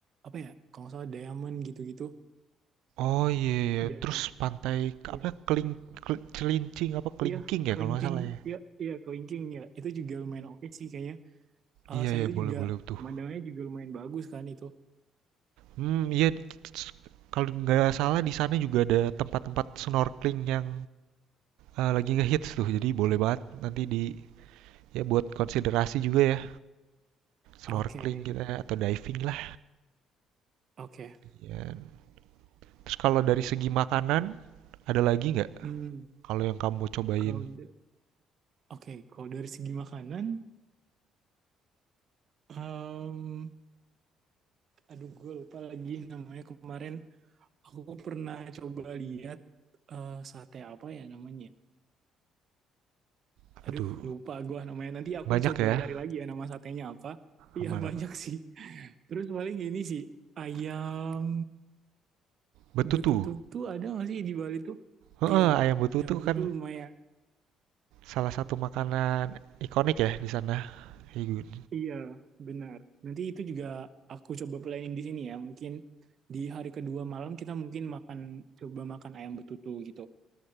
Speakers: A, on the right; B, on the right.
A: apa ya? Kalau nggak salah Diamond gitu-gitu.
B: Oh iya, iya.
A: Dan
B: Terus pantai
A: Iya,
B: apa keling, Kel- celincing apa kelingking
A: iya,
B: ya
A: kelingking,
B: kalau nggak salah ya.
A: iya, iya, kelingking ya. Itu juga lumayan oke sih kayaknya. Ah,
B: Iya ya
A: itu
B: boleh
A: juga
B: boleh tuh.
A: pemandangannya juga lumayan bagus kan itu.
B: Hmm, iya. s- Kalau nggak salah di sana juga ada tempat-tempat snorkeling yang eh, lagi ngehits tuh. Jadi boleh banget nanti di ya buat konsiderasi juga ya snorkeling
A: Oke,
B: kita atau diving lah.
A: oke.
B: Ya. Terus kalau dari segi makanan ada lagi nggak?
A: Hmm,
B: Kalau yang kamu mau cobain
A: kalau da- oke, kalau dari segi makanan, em, aduh gue lupa lagi namanya kemarin. Aku pernah coba lihat eh, sate apa ya namanya.
B: apa
A: Aduh,
B: tuh?
A: lupa gue namanya. Nanti aku
B: Banyak
A: coba
B: ya.
A: cari lagi ya nama satenya apa. Iya
B: Aman-aman.
A: <laughs> banyak sih. Terus paling ini sih ayam
B: Betutu.
A: Betutu tuh ada nggak sih di Bali tuh?
B: Heeh,
A: Iya,
B: ayam betutu
A: ayam betutu
B: kan
A: lumayan.
B: salah satu makanan ikonik ya di sana. Iya, Gun.
A: Iya, benar. Nanti itu juga aku coba planning di sini ya. Mungkin di hari kedua malam kita mungkin makan coba makan ayam betutu gitu.